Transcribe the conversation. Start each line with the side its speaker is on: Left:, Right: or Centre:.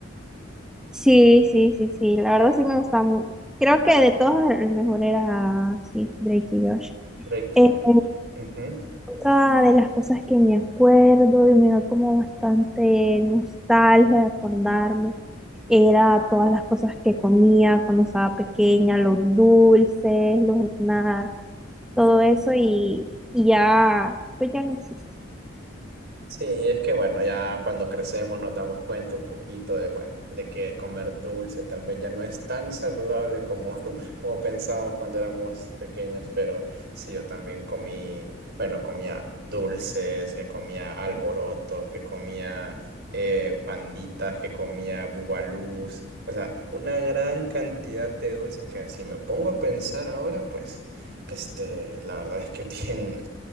Centre: Sí, sí, sí, sí. La verdad sí me gustaba mucho. Creo que de todos el mejor era, sí, Drake y Josh.
Right: Drake
Centre: Este,
Right: y... Ujú.
Centre: otra de las cosas que me acuerdo y me da como bastante nostalgia de acordarme era todas las cosas que comía cuando estaba pequeña, los dulces, los snacks, todo eso y, y ya, pues ya no existe.
Right: Sí, es que bueno, ya cuando crecemos nos damos cuenta un poquito de, bueno, de que comer dulce tal vez ya no es tan saludable como, <laughs> como pensábamos cuando éramos pequeños, pero sí, yo también comí, bueno, comía dulces, que comía alborotos, que comía eh, panditas, que comía bubalús, o sea, una gran cantidad de dulces que si me pongo a pensar ahora, pues, este, la verdad es que <laughs> bien.